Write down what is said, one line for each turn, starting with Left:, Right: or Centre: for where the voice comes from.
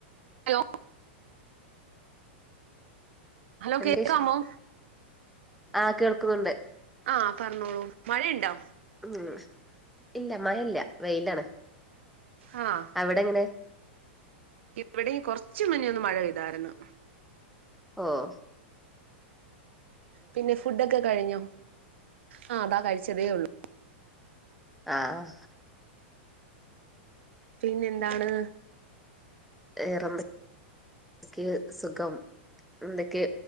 Right: ഹലോ ഹലോ
Centre: എന്ത
Right: കേക്കാമോ
Centre: ആ കേൾക്കുന്നുണ്ട്
Right: ആഹ പറഞ്ഞോളൂ മഴയുണ്ടോ
Centre: ഉം ഇല്ല മഴ ഇല്ല വെയിലാണ്
Right: ആഹ
Centre: അവിടെ എങ്ങനെ
Right: ഇവിടെയും കൊറച്ച് മുന്നേ ന്ന് മഴ പെയ്താര്ന്ന്.
Centre: ഓഹ്
Right: പിന്നെ ഫുഡൊക്കെ കഴിഞ്ഞു ആ അതാ കഴിച്ചതേ ഒള്ളു
Centre: ആഹ
Right: പിന്നെ എന്താണ്
Centre: വേറെന്തൊക്കെ സുഖം എന്തൊക്കെ